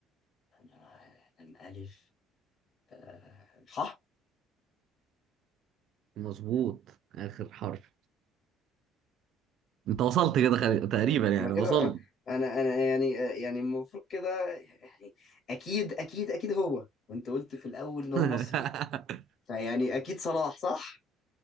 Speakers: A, on the left; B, on the right.
A: أنا لام ألف آه، صح
B: مظبوط اخر حرف انت وصلت كده خلي... تقريبا يعني
A: أنا كده
B: وصلت
A: آه، أنا أنا يعني آه، يعني المفروض كده يعني أكيد أكيد أكيد هو وأنت قلت في الأول إن هو
B: <laughs>
A: مصري فيعني أكيد صلاح صح؟